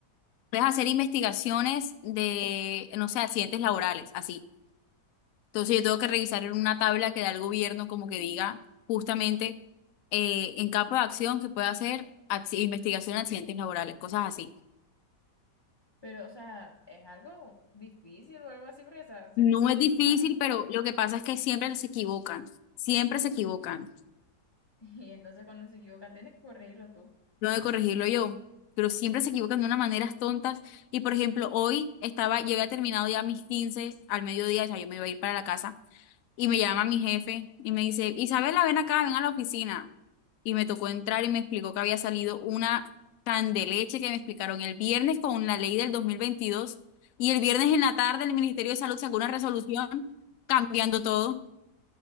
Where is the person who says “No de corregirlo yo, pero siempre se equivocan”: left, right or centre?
Left